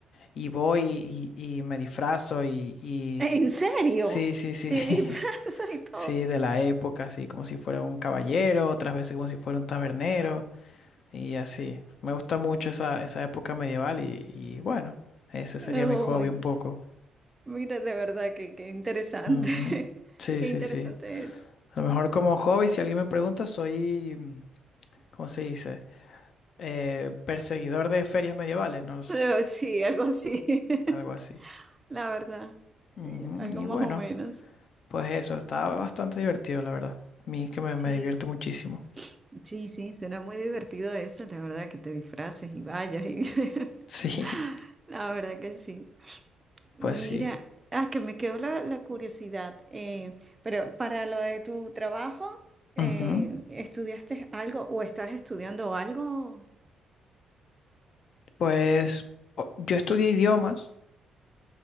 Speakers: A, on the left; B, on the right.
A: y voy y, y me disfrazo y, y-
B: ¿En serio?
A: sí, sí, sí,
B: ¿Te disfrazas
A: <laughs>
B: y todo?
A: sí, de la época, así como si fuera un caballero, otras veces como si fuera un tabernero y así. Me gusta mucho esa, esa época medieval y, y bueno, ese sería
B: Uy,
A: mi hobby un poco.
B: mira, de verdad, que qué interesante.
A: Ujú.
B: <laughs>
A: Sí,
B: Qué
A: sí,
B: interesante
A: sí.
B: es.
A: A lo mejor como hobby, si alguien me pregunta, soy, mm, ¿cómo se dice? Eh, perseguidor de ferias medievales, no lo sé.
B: Eh, sí, algo así. <laughs>
A: Algo así.
B: la verdad. eh,
A: Ujú,
B: algo
A: Y
B: más
A: bueno,
B: o menos.
A: pues eso, está bastante divertido, la verdad. A mí que me,
B: Sí,
A: me divierte muchísimo.
B: sí, sí, suena muy divertido eso, la verdad, que te disfraces y vayas y <laughs>
A: Sí,
B: La verdad que sí. Mira,
A: <laughs> pues sí.
B: ah, que me quedó la, la curiosidad. eh, pero para lo de tu trabajo, eh,
A: Ujú.
B: ¿estudiaste algo o estás estudiando algo?
A: Pues o- yo estudié idiomas